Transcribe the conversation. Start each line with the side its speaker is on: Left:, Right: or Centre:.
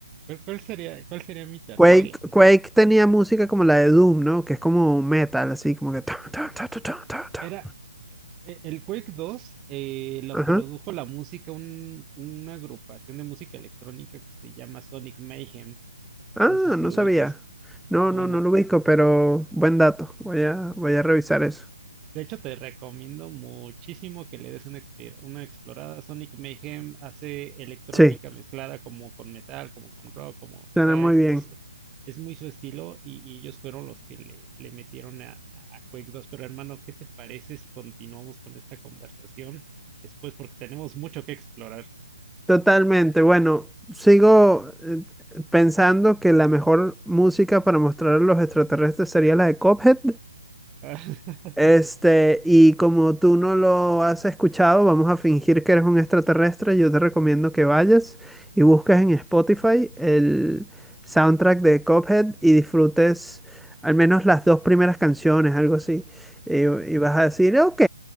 Right: ¿cuál, cuál sería, cuál sería mi tercera
Centre: Quake,
Right: elección?
Centre: Quake tenía música como la de Doom, ¿no? Que es como metal, así como que... ta, ta, ta, ta, ta, ta, ta.
Right: Era eh, el Quake dos eh, lo
Centre: Ajá.
Right: produjo la música, un- una agrupación de música electrónica que se llama Sonic Mayhem.
Centre: Ah,
Right: No sé si
Centre: no
Right: lo
Centre: sabía.
Right: ubicas.
Centre: No,
Right: Ah, bueno,
Centre: no, no lo ubico, pero buen dato. Voy a, voy a revisar eso.
Right: De hecho, te recomiendo muchísimo que le des una, expe- una explorada. Sonic Mayhem hace electrónica
Centre: Sí,
Right: mezclada como con metal, como con rock, como, o
Centre: suena
Right: sea,
Centre: muy
Right: es,
Centre: bien.
Right: es, es muy su estilo y, y ellos fueron los que le, le metieron a, a a Quake 2. Pero hermano, ¿qué te parece si continuamos con esta conversación después? Porque tenemos mucho que explorar.
Centre: Totalmente. Bueno, sigo eh, pensando que la mejor música para mostrar a los extraterrestres sería la de Cuphead,
Right: <laughs>
Centre: Este, y como tú no lo has escuchado, vamos a fingir que eres un extraterrestre. Yo te recomiendo que vayas y busques en Spotify el soundtrack de Cuphead y disfrutes al menos las dos primeras canciones, algo así. Y, y vas a decir, ok,